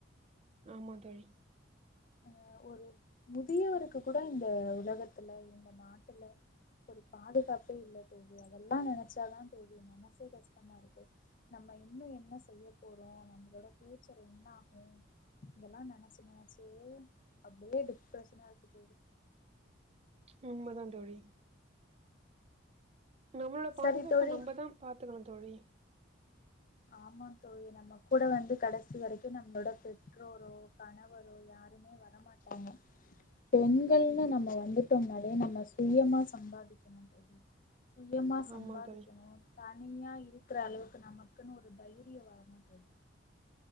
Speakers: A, on the right; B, on the left.
A: ஆமா தோழி
B: அ ஒரு முதியவருக்கு கூட இந்த உலகத்துல இந்த நாட்டுல ஒரு பாதுகாப்பே இல்ல தோழி அதெல்லா நெனச்சாதான் தோழி மனசே கஷ்டமா இருக்கு நம்ம இன்னும் என்ன செய்ய போறோம் நம்மளோட பியூச்சர் என்ன ஓ இதெல்லாம் நெனச்சு நெனச்சு அப்படியே டிப்ரசனா இருக்கு தோழி
A: உண்மதான் தோழி நம்மளோட பாதுகாப்ப
B: சரி தோழி
A: நம்ம தான் பாத்துக்கணும் தோழி
B: ஆமா தோழி நம்ம கூட வந்து கடைசி வரைக்கும் நம்மளோட பெற்றோரோ கணவரோ யாருமே வரமாட்டாங்க பெண்கள்ல நம்ம வந்துட்டோம்னாலே நம்ம சுயமா சம்பாதிக்கணும் தோழி சுயமா சம்பாதிக்கணும்
A: ஆமா தோழி
B: தனியா இருக்குற அளவுக்கு நம்ம இருக்குன்னு ஒரு தைரியம் வேணும் தோழி